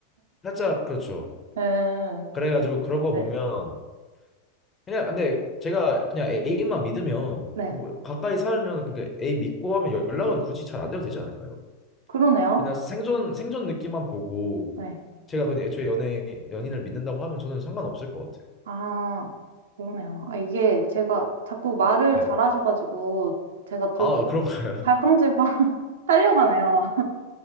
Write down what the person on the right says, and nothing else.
네.
네.
네.
그러네요.
네.
아, 그러네요. 아, 이게 제가 자꾸 말을
잘하셔가지고, 제가 좀
갈팡질팡 <laughs> 살려가네요.